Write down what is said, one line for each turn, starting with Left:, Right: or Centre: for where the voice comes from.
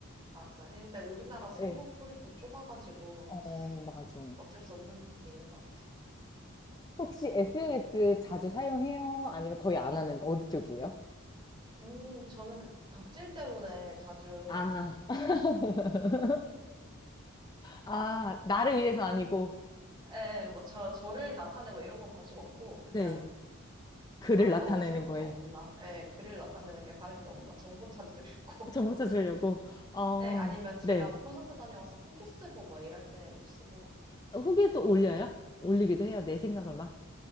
Right: 맞아. 근데 우리나라 성우풀이
Left: 네.
Right: 또 좁아가지고
Left: 어, 맞아.
Right: 어쩔 수 없는 부분이 있는 것 같아요.
Left: 혹시 SNS 자주 사용해요? 아니면 거의 안 하는 어디 쪽이에요?
Right: 음, 저는 그 덕질 때문에 자주 해요.
Left: 아. <laughs> 아, 나를 위해서 아니고
Right: 예, 뭐, 저, 저를 나타내고 이런 건 관심 없고, 그냥
Left: 네.
Right: 뭐
Left: 그를
Right: 다른
Left: 나타내는
Right: 거 새로운
Left: 거에
Right: 거 없나? 예, 글을 나타내는 게 다른 게 없나? 정보 찾으려고.
Left: 정보 찾으려고. 어,
Right: <laughs> 예, 아니면 제가
Left: 네.
Right: 뭐 콘서트 다녀와서 후기 쓰고 뭐 이럴 때도 쓰고.
Left: 후기도 올려요? 올리기도 해요. 내 생각을 막.